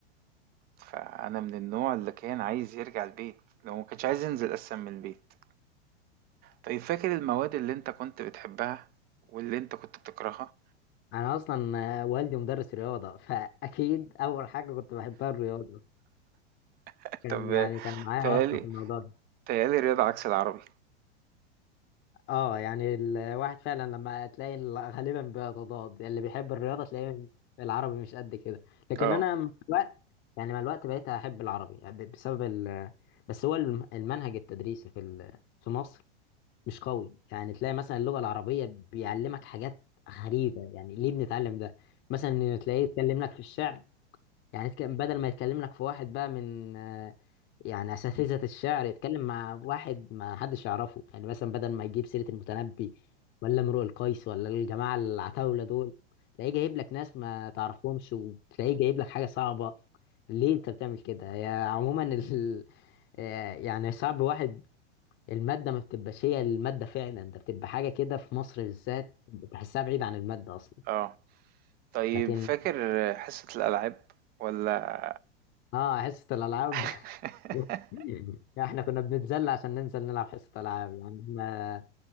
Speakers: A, on the right; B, on the left.
A: فأنا من النوع اللي كان عايز يرجع البيت، اللي هو ما كانش عايز ينزل أساسًا من البيت. طيب فاكر المواد اللي أنت كنت بتحبها واللي أنت كنت بتكرهها؟
B: انا اصلا آه، والدي مدرس رياضه فاكيد اول حاجه كنت بحبها الرياضه
A: <laughs>
B: كان
A: طب بيتهيأ
B: يعني كان معايا واسطه
A: لي
B: في الموضوع ده
A: تهيألي رياضة عكس العربي
B: اه يعني الواحد فعلا لما تلاقي ال- غالبا بيتضاد اللي بيحب الرياضه تلاقيه العربي مش قد كده لكن
A: اه
B: انا مع الوقت يعني مع الوقت بقيت احب العربي يعني بسبب ال... بس هو الم- المنهج التدريسي في ال... في مصر مش قوي يعني تلاقي مثلا اللغة العربية بيعلمك حاجات غريبة يعني ليه بنتعلم ده مثلا تلاقيه يتكلم لك في الشعر يعني يتك- بدل ما يتكلم لك في واحد بقى من آه، يعني أساتذة الشعر يتكلم مع واحد ما حدش يعرفه يعني مثلا بدل ما يجيب سيرة المتنبي ولا امرؤ القيس ولا الجماعة العتاولة دول تلاقيه جايب لك ناس ما تعرفهمش وتلاقيه جايب لك حاجة صعبة ليه انت بتعمل كده يا عموما ال... <laughs> يعني صعب واحد المادة ما بتبقاش هي المادة فعلا ده بتبقى حاجة كده في مصر بالذات بحسها بعيد عن المادة أصلا
A: اه طيب
B: لكن
A: فاكر حصة الألعاب ولا
B: اه حصة الألعاب
A: <laughs>
B: <laughs> احنا كنا بنتذل عشان ننزل نلعب حصة ألعاب يعني احنا